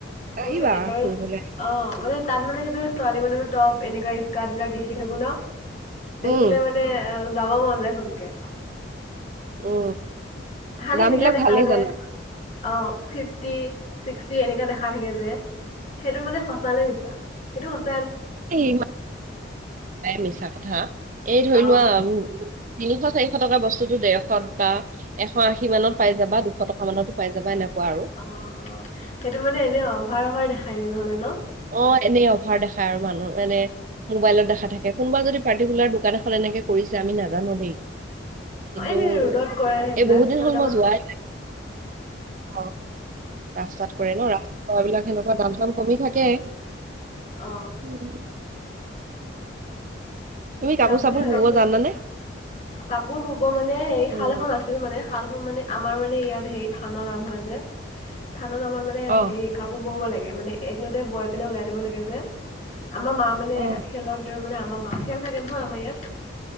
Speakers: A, on the right; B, on the left.
A: আহিবা
B: ম এবাৰ
A: ফুৰিবলৈ
B: অ মান তাত মানে সেইবিলাক ছোৱালী মানুহৰ টপ, এনেকুৱা স্কাৰ্ট বিলাক দেখি থাকোঁ ন দেখিলে
A: উম
B: মানে যাব মন যায় খুবকে।
A: উ
B: খালি
A: নাম
B: এনেকা
A: বিলাক
B: দেখা
A: ভালে
B: যে
A: জানা।
B: অ', ফিফটি, ছিক্সটি এনেকে দেখা থাকে যে। সেইটো মানে সঁচানে মিছা, সেইটো সঁচ
A: এই মিছা কথা এই ধৰি
B: অ',
A: লোৱা তিনিশ চাৰিশ টকা বস্তুতো ডেৰশত বা এশ আশী মানত পাই যাবা দুশ টকা মানতো পাই যাবা এনেকুৱা। আৰু
B: অ', অ', সেইটো মানে এনেই অভাৰ-অভাৰ দেখাই দিয়ে নহ'লে ন?
A: অ', এনেই অভাৰ দেখাই আৰু মানুহ মানে মোবাইলত দেখা থাকে কোনোবা যদি পাৰ্টিকুলাৰ দোকান এখন এনেকে কৰিছে আমি নাজানো দেই।
B: অ
A: কিন্তু,
B: এনে ৰ'দত কৰে সেইবিলাক
A: এই বহুত দিন
B: সেইবিলাকত
A: হ'ল মই যোৱাই নাই। অ', ৰাস্তাত কৰে ন, ৰাস্তাত কৰা বিলাক সেনেকুৱা দাম চাম কমি থাক কে,
B: অ
A: উম তুমি কাপোৰ
B: যাম
A: চাপোৰ
B: বুলি ভাবিছোঁ,
A: বব জানানে
B: কাপোৰ ব'ব মানে সেই
A: উম
B: শাল এখন আছিল মানে থানখন মানে আমাৰ মানে ইয়াত হেৰি থানৰ নাম হয় যে শালত আমাৰ মানে
A: অ
B: হেৰি কাপোৰ ব'ব লাগে, মানে এদিনতে বৈ পেলাই ওলাই দিব লাগে যে আমাৰ মা মানে
A: অ
B: শেলৰ ভিতৰত মানে আমাৰ মা, শেল থাকে নহয় আমাৰ ইয়াত